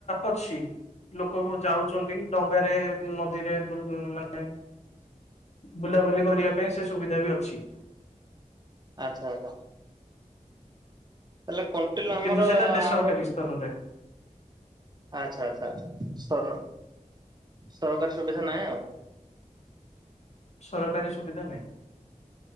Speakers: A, on the left; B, on the right.
A: ଅଛି ଲୋକ ଯାଉଚନ୍ତି। ଡଙ୍ଗାରେ ଫି ନଦୀରେ ଫୁଣି ମାନେ। ବୁଲାବୁଲି କରିବା ପାଇଁ ସେ ସୁବିଧା ବି ଅଛି।
B: ଆଚ୍ଛା ଆଚ୍ଛା। ହେଲେ କଣ୍ଟିଲ ଆମର
A: କିନ୍ତୁ ସେଟା
B: ଆଉ
A: ବେସରକାରୀ
B: ଗୋଟେ
A: ସ୍ତରରେ
B: ଆଚ୍ଛା ଆଚ୍ଛା ସର ସରକାରୀ ସୁବିଧା ନାହିଁ ଆଉ।
A: ସରକାରୀ ସୁବିଧା ନାହିଁ।